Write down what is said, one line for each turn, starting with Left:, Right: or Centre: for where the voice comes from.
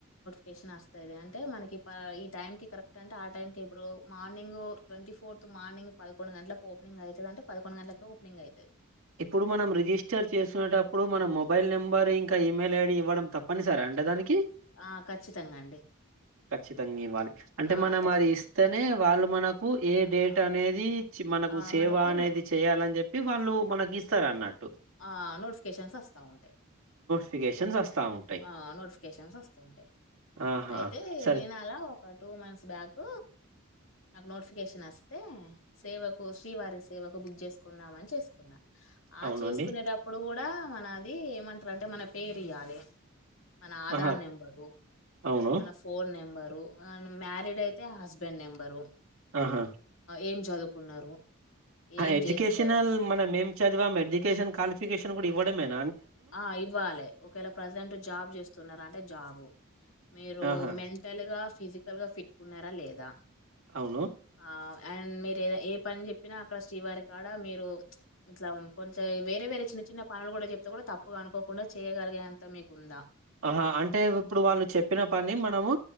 Left: కెషన్ వస్తాంది అంటే మనకి ఈ టైం కి కరెక్ట్ అంటే ఆ టైం క ఇప్పుడు మార్నింగ్ ట్వంటీ ఫోర్త్ మార్నింగ్ పకొండు గంటలకు ఓపెంగ్ అవుతుందింటే పదకండు గంటలకు ఓపనింగ్ అయింది
Right: ఇప్పుడు మనం రిజిస్టర్ చేసుకునేటప్పుడు మన మొబైల్ నెంబర్ ఇంకా ఇమెయిల్ ఐడి ఇవ్వడం తప్పనిసరే అంటే దానికి
Left: ఆ ఖచ్చితంగా అండి
Right: ఖచ్చితంగా ఇవ్వాలి అంటే
Left: ఆ!
Right: మనం
Left: ఖచ్చితంగా.
Right: అది ఇస్తేనే వాళ్ళు మనకు ఏ
Left: ఆహ్,
Right: డేట్ అనేది మనకు
Left: ఆహ్,
Right: సేవ
Left: మనకి
Right: అనేది
Left: నో
Right: చేయాలని చెప్పి వాళ్ళు మనకి ఇస్తారు అన్నట్టు
Left: ఆ నోటిఫికేషన్స్ వస్తా ఉంటాయి
Right: నోటిఫికేషన్ వస్తా ఉంటాయి
Left: ఆ నోటిఫికేషన్స్ వస్తుంటాయి
Right: ఆహా
Left: అయితే
Right: సరే
Left: నేను అలా ఒక టూ మంత్స్ బ్యాక్ నాకు నోటిఫికేషన్ వస్తే సేవకు శ్రీవారి సేవకు బుక్ చేసుకుందామని చేసుకున్నా ఆ
Right: అవునండి
Left: చేసుకునేటప్పుడు కూడా మన అది ఏమంటారంటే మన పేరు ఇయ్యాలి మన ఆధార్
Right: ఆహా
Left: నెంబరు
Right: అవును
Left: మన ఫోన్ నెంబరు మ్యారీడ్ అయితే హస్బెండ్ నెంబరు
Right: ఆహా
Left: ఏం చదువుకున్నారు ఏం
Right: ఎడ్యుకేషనల్
Left: చేస్తారు
Right: మనం ఏం చదివాం ఎడ్యుకేషన్ క్వాలిఫికేషన్ కూడా ఇవ్వడమేం
Left: ఆ ఇవ్వాలి ఒకవేళ ప్రజెంట్ జాబ్ చేస్తున్నారు అంటే జాబ్ మీరు
Right: ఆహా
Left: మెంటల్ గా ఫిజికల్ గా ఫిట్ ఉన్నారా లేదా
Right: అవును
Left: ఆ అండ్ మీరు ఏద ఏ పని చెప్పినా అక్కడ శ్రీవారి కాడ మీరు ఇట్లా కొంచం వేరే వేరే చిన్న చిన్న పనులు కూడా చెప్తే కూడా తప్పుగా అనుకోకుండా చేయగలిగ అంత మీకుందా
Right: ఆహా అంటే ఇప్పుడు వాళ్ళు చెప్పిన పని మనము